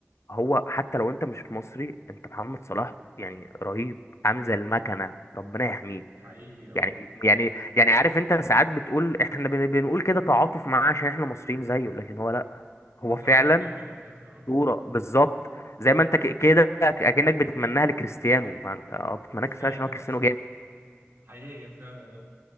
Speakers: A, on the left; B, on the right.
A: هو حتى لو انت مش مصري انت محمد صلاح يعني رهيب عامل زي المكنه ربنا يحميه
B: حقيقي اه
A: يعني يعني يعني عارف انت ساعات بتقول احنا بن- بنقول كده تعاطف معاه عشان احنا مصريين زيه لكن هو لا هو
B: لا
A: فعلا
B: هو جامد على فكرة اه
A: صوره بالظبط زي ما انت ك- كده اكنك بتتمناها لكريستيانو ما انت اه بتتمناها
B: فعلا
A: لكريستيانو عشان هو كريستيانو جامد
B: حقيقي فعلا اه